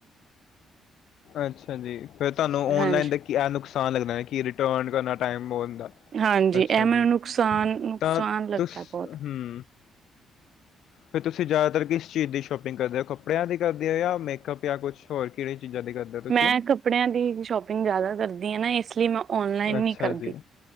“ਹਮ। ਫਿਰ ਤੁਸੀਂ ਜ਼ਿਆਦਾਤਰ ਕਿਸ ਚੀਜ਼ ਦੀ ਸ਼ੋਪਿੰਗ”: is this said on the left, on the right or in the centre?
Left